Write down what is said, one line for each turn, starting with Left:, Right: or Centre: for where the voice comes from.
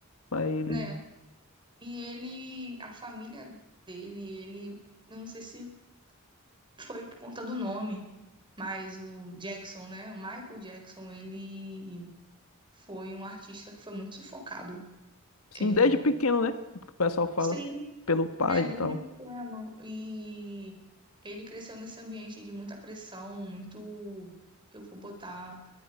Left: Pra ele.
Right: né? E ele, a família dele, ele, eu não sei se foi por conta do nome, mas o Jackson, né? O Michael Jackson, ele foi um artista que foi muito sufocado.
Left: Sim,
Right: É,
Left: desde pequeno, né? O que o pessoal fala.
Right: Sim.
Left: Pelo pai
Right: É, desde
Left: e tal.
Right: pequeno. E ele cresceu nesse ambiente de muita pressão, muito, eu vou botar,